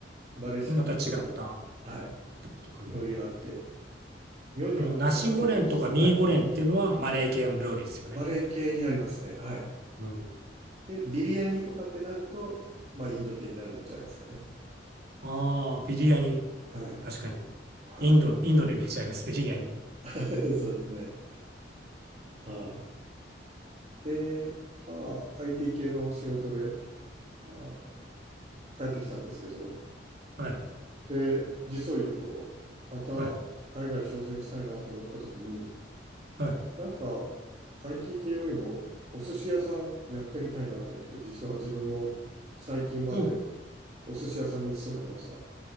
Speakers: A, on the right; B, on the right.
A: マレーシア独特の、
B: また違った
A: はい、
B: 独特の。
A: 料理があって、ニョニャとかって言ってましたね。
B: あの、ナシゴレンとかミーゴレンっていうのはマレー系の料理ですよね。
A: はい。マレー系になりますね。はい。
B: うん。
A: で、ビリヤニとかってなると、まあインド系になるんじゃないですかね。
B: ああ、ビリヤニ。
A: はい。
B: 確かに。
A: は
B: インド、インドのイメージあります、ビリヤニ。
A: い。<laughs> そうですね。はい。で、まあ、IT 系の仕事で、まあ、帰ってきたんですけど、
B: はい。
A: で、実を言うと、また海外挑戦したいなと思った時に、
B: はい。はい。
A: なんか IT 系よりもお寿司屋さんやってみたいなと思って、実は自分も最近まで
B: うん。
A: お寿司屋さんに勤めてました。